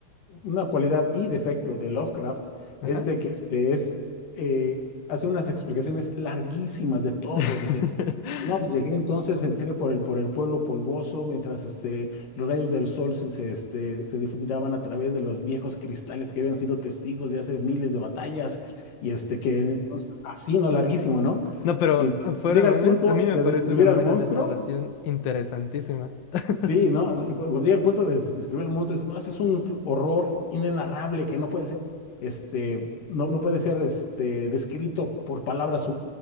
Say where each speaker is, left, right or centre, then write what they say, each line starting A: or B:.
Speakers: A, on the left; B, on the left.
A: una cualidad y defecto de Lovecraft
B: ajá.
A: es de que este es, eh, hace unas explicaciones larguísimas de todo.
B: <laughs>
A: Dice, no, pues llegué entonces, entré por el, por el pueblo polvoso mientras este, los rayos del sol se, se, este, se difuminaban a través de los viejos cristales que habían sido testigos de hace miles de batallas y este, que entonces, así, no, larguísimo, ¿no?
B: No, pero
A: Y entonces
B: fuera
A: llega
B: memes,
A: al punto
B: a mí me
A: de
B: parece
A: describir
B: una manera
A: al monstruo.
B: de narración interesantísima. <laughs>
A: Sí, ¿no? Y cu- Cuando llega el punto de des- describir el monstruo, dice, no, ese es un horror inenarrable que no puede ser, este, no, no puede ser, este, descrito por palabras